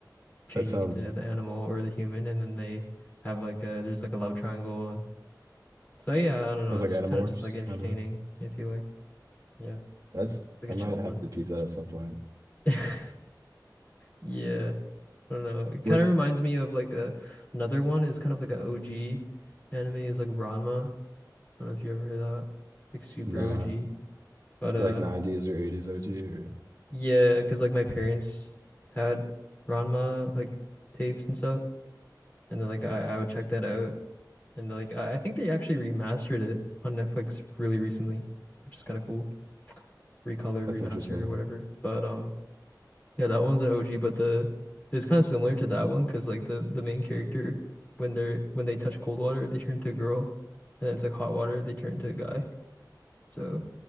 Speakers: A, on the left (about 25°); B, on the right (about 55°).
A: changing
B: That sounds
A: into the animal or the human, and then they have like a there's like a love triangle, and so yeah, I don't know.
B: that's
A: It's
B: like
A: just
B: Animorphs
A: kind of just like entertaining
B: kind of.
A: if you like. Yeah.
B: That's
A: like
B: I
A: a
B: might
A: chill
B: have
A: one.
B: to peep that at some point.
A: <laughs> Yeah, I don't know. It kind
B: What?
A: of reminds me of like a another one is kind of like a OG anime is like Ranma. I don't know if you ever heard that. It's like super
B: Nah,
A: OG. But uh
B: like 90s or 80s OG or
A: yeah, 'cause like my parents had Ranma like tapes and stuff and then like I I would check that out and like I, I think they actually remastered it on Netflix really recently, which is kind of cool. Recolored,
B: that's
A: remastered
B: interesting.
A: or whatever. But um Yeah, that one's an OG, but the it's kind of similar to that one because like the the main character when they're when they touch cold water they turn into a girl, and it's like hot water they turn into a guy. So